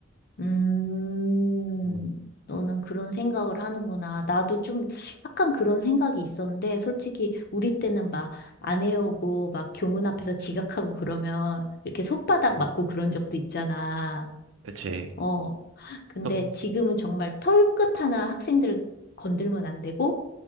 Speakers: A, on the left; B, on the right.
A: 음.
B: 음,
A: 너는 그런 생각을 하는구나. 나도 좀 약간 그런 생각이 있었는데, 솔직히 우리 때는 막 안 해오고, 막 교문 앞에서 지각하고 그러면 이렇게 손바닥
B: 음,
A: 맞고 그런 적도 있잖아.
B: 그치.
A: 어. 근데
B: 또,
A: 지금은 정말 털끝 하나 학생들 건들면 안 되고,